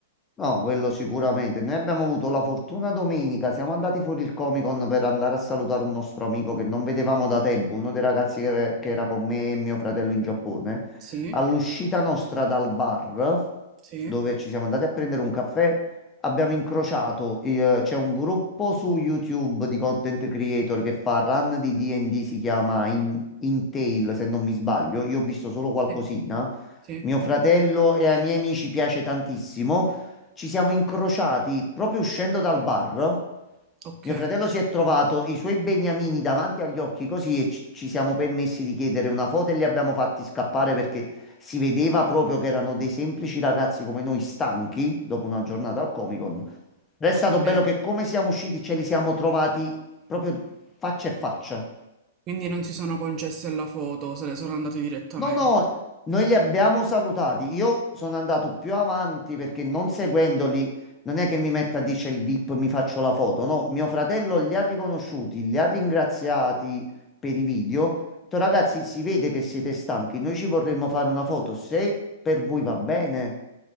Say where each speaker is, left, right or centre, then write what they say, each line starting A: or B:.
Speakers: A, on the left; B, on the right.
A: No, quello sicuramente. Noi abbiamo avuto la fortuna domenica, siamo andati fuori il Comic Con per andare a salutare un nostro amico che non vedevamo da tempo, uno dei ragazzi che, che era con me e mio fratello in Giappone.
B: Sì,
A: All'uscita nostra dal bar,
B: sì,
A: dove ci siamo andati a prendere un caffè, abbiamo incrociato, eh, c'è un gruppo su YouTube di content creator che fa run di D&D, si chiama In, Tail, se non mi sbaglio. Io ho visto solo qualcosina.
B: sì, sì.
A: Mio fratello e ai miei amici piace tantissimo. Ci siamo incrociati proprio uscendo dal bar.
B: ok,
A: Mio fratello si è trovato i suoi beniamini davanti agli occhi così e ci ci siamo permessi di chiedere una foto e li abbiamo fatti scappare perché si vedeva proprio che erano dei semplici ragazzi come noi, stanchi dopo una giornata al Comic Con. Ed è stato
B: ok.
A: bello che come siamo usciti ce li siamo trovati proprio faccia a faccia.
B: Quindi non si sono concessi alla foto, se le sono andate direttamente.
A: No, no, noi li abbiamo salutati. Io sono andato più avanti perché non seguendoli non è che mi metta, dice il VIP, mi faccio la foto. No, mio fratello li ha riconosciuti, li ha ringraziati per i video. Ho detto, ragazzi, si vede che siete stanchi, noi ci vorremmo fare una foto. Se per voi va bene.